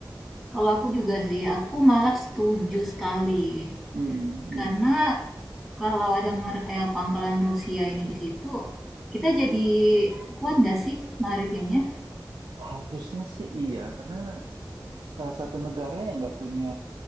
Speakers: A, in the centre; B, on the right.
A: kalau aku juga sih, aku malah setuju sekali
B: Mm, mm.
A: karena kalau ada mer- eh, pangkalan Rusia ini di situ, kita jadi kuat nggak sih maritimnya?
B: Harusnya sih iya karena Salah satu negara yang nggak punya